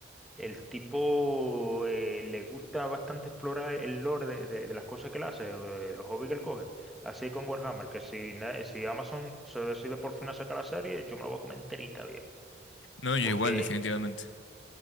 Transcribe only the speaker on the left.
No, yo
igual, definitivamente.